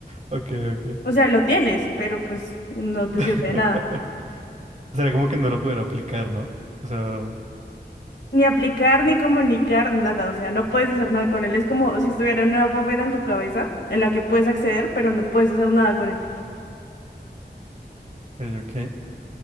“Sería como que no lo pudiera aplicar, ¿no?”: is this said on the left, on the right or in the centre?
Right